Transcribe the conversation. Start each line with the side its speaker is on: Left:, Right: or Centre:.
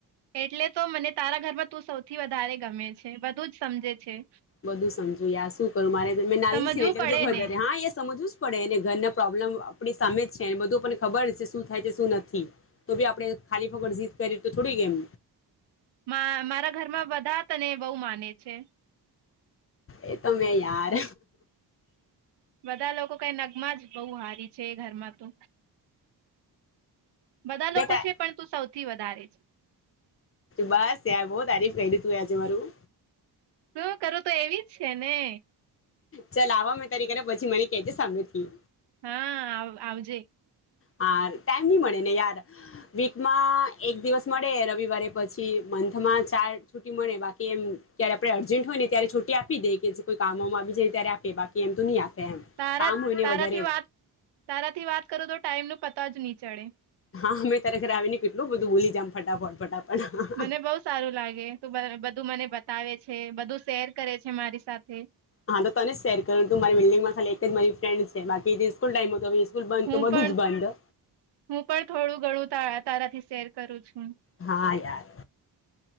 Right: એટલે તો મને તારા ઘરમાં તું સૌથી વધારે ગમે છે બધું જ સમજે છે.
Left: બધું સમજો યા શું કરું મારે નાલની
Right: સમજવું
Left: સનેટ
Right: પડે ને
Left: <unintelligible> હા એ સમજ વુંજ પડે ને ઘરના પ્રોબ્લેમ આપડી સામે જ છેને બધું આપને ખબર છે શું થાય છે શું નથી તો ભી આપડે ખાલી ફકડ જી કરી તો થોડી કેમ
Right: મા મારા ઘરમાં બધા તને બહુ માને છે.
Left: એ તો મેં યાર
Right: બધા લોકો કઈ નગમાં જ બહુ હારી છે એ ઘરમાં તો. બધા લોકો
Left: બેટા
Right: છે પણ તું સૌ થી વધારે છે
Left: બસ યાર બહ તારીફ કરી તુંએ આજે મારું
Right: શું કરું તો એવી જ છે ને
Left: ચલ આવા મેં તારી ઘરે પછી મને કેજે સામેથી
Right: હા, આવજે
Left: હા, ટાઈમ ની મળે ને યાર, વીકમાં એક દિવસ મળે રવિવારે પછી મંથમાં ચાર છુટી મળે બાકી એમ ત્યારે આપડે અર્જન્ટ હોય ને ત્યારે છુટી આપી દે કે કોઈ કામમાં આવી જાયને ત્યારે આપે બાકી એમ તો ની આપે એમ
Right: તારા
Left: કામ હોય ને
Right: તારાથી
Left: વધારે
Right: વાત તારાથી વાત કરું તો ટાઈમ નું પ ત જ ની ચડે
Left: હા અમે તારા ઘરે આવીને કેટલું બધું બૂલી જમ ફટાફટ. ફટાફટ
Right: મને બઉ સારું લાગે તું બધું મને બતાવે છે બધું શેર કરે છે મારી સાથે.
Left: હા તો તને જ શેર કરું તું મારી બિલ્ડિંગમાં ખાલી એક જ મારી ફ્રેન્ છે બાકી જે સ્કૂલ ટાઈમ હતો સ્કૂલ બંધ
Right: હું
Left: તો બધું
Right: પણ
Left: જ બંધ
Right: હું પણ થોડું ઘણું તાર તારાથી શેર કરું છું.
Left: હા યાર